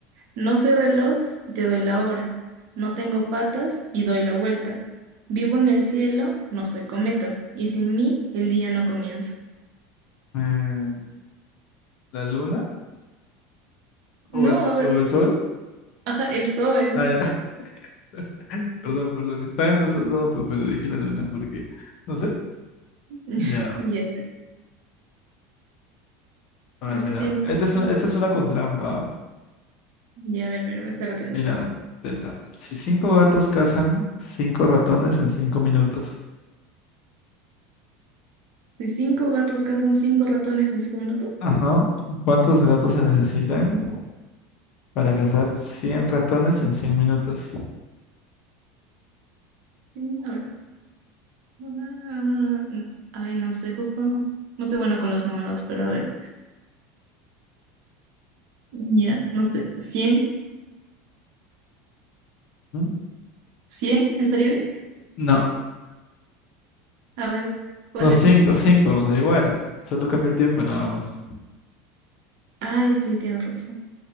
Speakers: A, on the right (about 55°); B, on the left (about 45°).
A: no soy reloj y te doy la hora. No tengo patas y doy la vuelta. Vivo en el cielo, no soy cometa, y sin mí el día no comienza.
B: Eh, ¿la luna
A: No,
B: o el,
A: a ver,
B: o el sol?
A: ajá, el sol.
B: Ah, ya. <laughs> Perdón, perdón, estaba entre esos dos, pues, pero dije la luna porque, no sé,
A: <laughs>
B: Ya,
A: Ya.
B: a
A: A
B: ver,
A: ver
B: mira.
A: si tienes
B: Esta
A: otra.
B: es una, esta es una con trampa. ¿ah?
A: Ya, a ver, a ver, voy a estar atento.
B: Mira, atenta. Si cinco gatos cazan cinco ratones en cinco minutos.
A: Si cinco gatos cazan cinco ratones en cinco minutos.
B: Ajá. ¿Cuántos gatos se necesitan para cazar 100 ratones en 100 minutos?
A: Sí, a ver. Ah, Ay, no sé, justo, no soy bueno con los números, pero a ver, ya, no sé, cien
B: ¿Mm?
A: cien estaría bien?
B: No,
A: A ver, ¿cuál
B: no, cinco,
A: es?
B: cinco, da igual. Solo cambia el tiempo nada más.
A: Ay, sí, tienes razón.